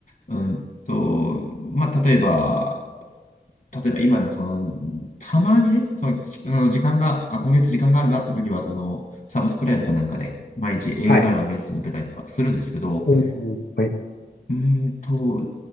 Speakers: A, on the left (about 45°); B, on the left (about 70°).
A: うんと、まあ、例えば、例えば今でもその、たまにね、その、きあの時間が、あ、今月時間があるなって時は、その、サブスクライブかなんかで、毎日英会話のレッスン受けたりとかするんですけど、
B: はい。うん。はい。
A: うんと、